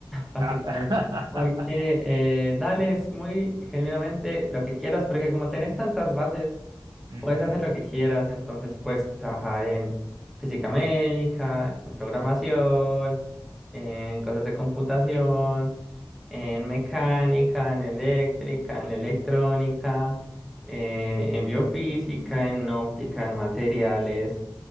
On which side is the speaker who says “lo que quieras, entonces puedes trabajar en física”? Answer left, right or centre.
Centre